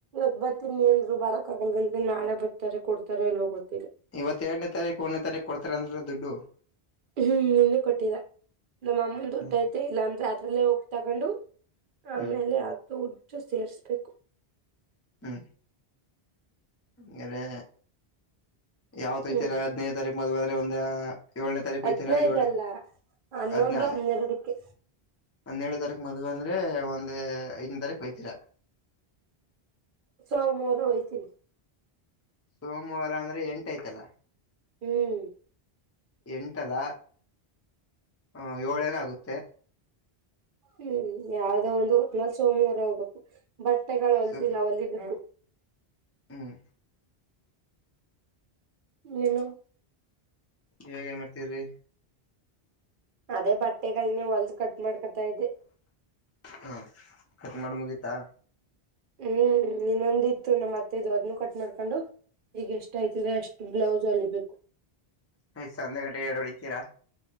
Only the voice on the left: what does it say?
ಇವತ್ತೆರಡನೇ ತಾರೀಕು ಒಂದನೇ ತಾರೀಕು ಕೊಡ್ತಾರೆ ಅಂದ್ರೆ ದುಡ್ಡು
ಹ್ಮ್
ಹ್ಮ್
ಹ್ಮ ಹಾರೆ ಯಾವತ್ತಲ್ಲ
ಹದ್ನದು ತಾರೀಕು ಮದ್ುವೆ ಅಂದ್ರೆ ಒಂದ ಏಳನೇ ತಾರೀಕು
ವಯ್ತೀರಾ ಏಳು
ಅದ್ಞಾನೆ
ಹಂದೇಳು ತಾರೀಕ್ ಮದ್ುವೆ ಅಂದ್ರೆ ಒಂದ ಐದನ ತಾರೀಕ ಬೈತೀರ
ಸೋಮವಾರ ಅಂದ್ರೆ ಎಂಟ ಐ್ತಲ್ಲ
ಎಂಟಲ್ಲ ಹ ಏಳೇನ ಆಗುತ್ತೆ
ಸೊ
ಹ್ಮ್
ಇವಾಗ ಏನ್ ಮಾಡ್ತಿದ್ರಿ
ಹಾ ಕಟ್ ಮಾಡ ಮುಗೀತಾ
ಸಂಧೆ ಗಂಟೆ ಎರಡು ಹೊಳತೀರಾ